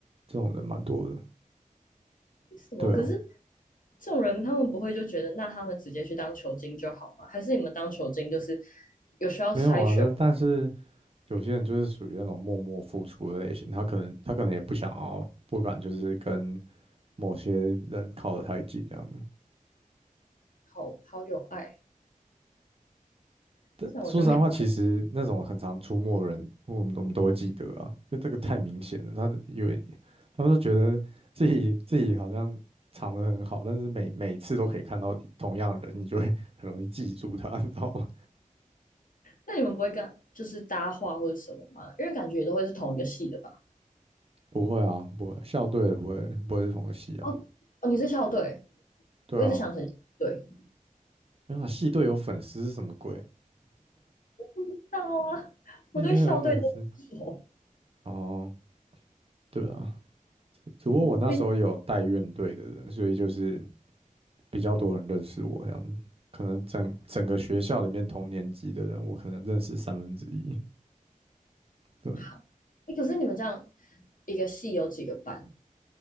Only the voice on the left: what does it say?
为什么？
可是这种人他们不会就觉得，那他们直接去当球精就好吗？还是你们当球精就是有需要筛选？
好好有爱，
像我就没。<laughs>
那你们不会跟就是搭话或者什么吗？因为感觉也都会是同一个系的吧？
哦哦，你是校队，
我一直想成校队
<laughs>，知道啊，我对校队都不熟，
嗯毕竟
好，哎，可是你们这样一个系有几个班？